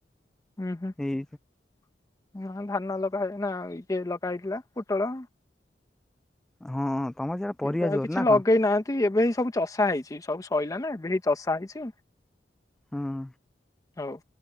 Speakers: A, on the left (about 20°); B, in the centre.
A: ହୁଁ ହୁଁ
B: ଏଇ
A: ହଁ ଧାନ ଲଗା ହେ ନା ଇଏ ଲଗା ହେଇଥିଲା ପୋଟଳ।
B: ହଁ ତମର ସିଆଡେ ପରିବା
A: ଏବେ ଆଉ
B: ଜୋର
A: କିଛି
B: ନା
A: ଲଗେଇ
B: କଣ।
A: ନାହାନ୍ତି ଏବେ ହେଇ ସବୁ ଚର୍ଷା ହେଇଛି ସବୁ ସଇଲା ନା ବିରି ଚର୍ଷା ହେଇଛି।
B: ହଁ।
A: ହଉ।